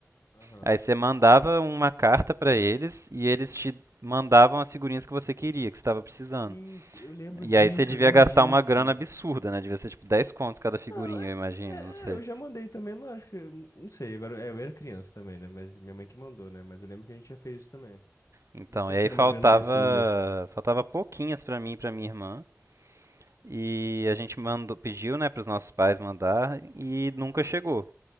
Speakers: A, on the left (about 80°); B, on the right (about 65°).
A: Aham.
B: Aí você mandava uma carta pra eles e eles te mandavam as figurinhas que você queria, que você estava precisando.
A: Sim, s- eu lembro
B: E
A: disso,
B: aí você devia
A: eu lembro
B: gastar
A: disso.
B: uma grana absurda, né? Devia ser tipo 10 contos cada figurinha,
A: Não, é,
B: eu imagino,
A: é,
B: não sei.
A: é, eu já mandei também, eu não acho que. Não sei, agora. É, eu era criança também, né? Mas minha mãe que mandou, né? Mas eu lembro que a gente já fez isso também.
B: Então,
A: Não sei
B: e
A: se
B: aí
A: era
B: faltava,
A: uma grana absurda, assim.
B: faltava pouquinhas pra mim e pra minha irmã. E a gente mandou, pediu, né, para os nossos pais mandar e nunca chegou.